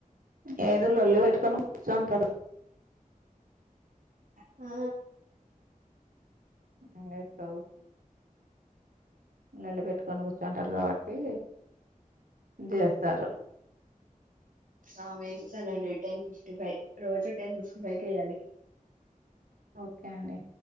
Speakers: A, on the right (about 90°); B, on the right (about 70°).
A: ఏదో లొల్లి పెట్టుకొని కూర్చోయింటారు
B: ఆ
A: ఎమ్ చెత్తవ్ నన్ని పెట్టుకని కూర్చోయింటారు కాబట్టి దేస్తారు
B: ఆ బేసిస్ అనండి టెన్ ఫిఫ్టీ ఫైవ్ రోజు టెన్ ఫిఫ్టీ ఫైవ్ కే వెయాలి.
A: ఓకే అండి